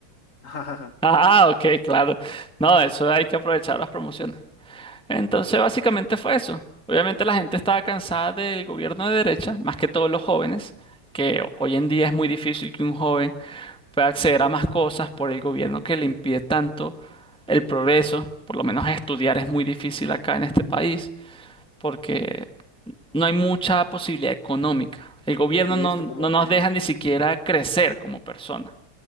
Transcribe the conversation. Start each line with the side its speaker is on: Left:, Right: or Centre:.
Left: <laughs>
Centre: Ah, ok, claro. No, eso hay que aprovechar las promociones. Entonces, básicamente fue eso. Obviamente la gente estaba cansada del gobierno de derecha, más que todos los jóvenes, que hoy en día es muy difícil que un joven pueda acceder a más cosas por el gobierno que le impide tanto el progreso. Por lo menos estudiar es muy difícil acá en este país, porque no hay mucha posibilidad económica. El gobierno
Left: Y
Centre: no,
Left: esto como
Centre: no nos
Left: que
Centre: deja ni siquiera crecer como persona.